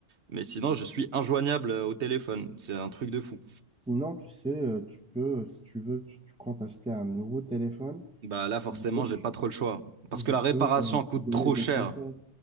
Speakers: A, on the right; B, in the centre.
A: mais sinon, je suis injoignable euh, au téléphone. C'est un truc de fou.
B: Sinon, tu sais, euh, tu peux, euh, si tu veux, tu, tu comptes acheter un nouveau téléphone.
A: Bah là, forcément,
B: Et
A: j'ai
B: Je,
A: pas trop le choix. Parce
B: je
A: que la
B: peux
A: réparation
B: euh,
A: coûte
B: te donner
A: trop
B: des
A: cher.
B: conseils.